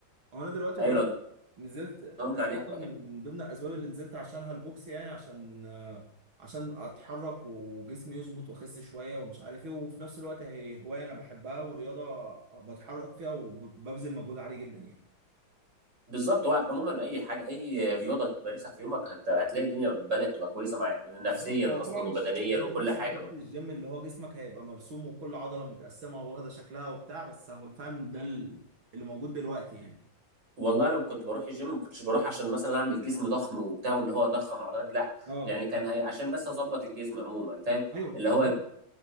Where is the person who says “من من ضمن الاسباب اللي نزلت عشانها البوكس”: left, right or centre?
Right